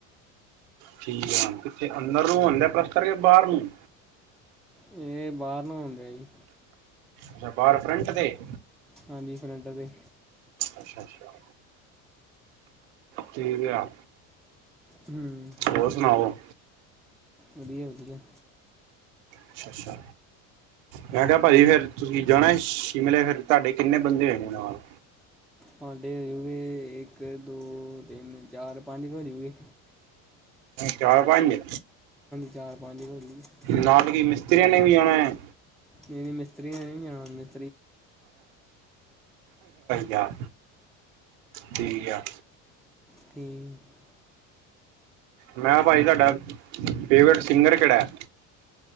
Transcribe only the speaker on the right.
ਠੀਕ ਆ ਹੁਣ ਕਿੱਥੇ ਅੰਦਰ ਨੂੰ ਹੋਂਡਿਆ ਪਲੱਸਤਰ ਕੇ ਬਾਹਰ ਨੂੰ?
ਅੱਛਾ ਬਾਰ ਫਰੰਟ ਤੇ?
ਅੱਛਾ, ਅੱਛਾ। ਠੀਕ ਆ।
ਹੋਰ ਸੁਣਾਓ?
ਅੱਛਾ, ਅੱਛਾ। ਮੈਂ ਕਿਹਾ ਭਾਜੀ ਫੇਰ ਤੁਸੀਂ ਜਾਣਾ ਸ਼ਿਮਲੇ ਫੇਰ ਤੁਹਾਡੇ ਕਿੰਨੇ ਬੰਦੇ ਹੋਈ ਨੇ ਨਾਲ?
ਚਾਰ ਪੰਜ?
ਨਾਲ ਕਿ ਮਿਸਤਰੀਆਂ ਨੇ ਵੀ ਜਾਣਾ ਹੈ?
ਯ ਠੀਕ ਆ।
ਮੈਂ ਭਾਜੀ ਤੁਹਾਡਾ ਫੇਵਰੇਟ ਸਿੰਗਰ ਕਿਹੜਾ ਐ?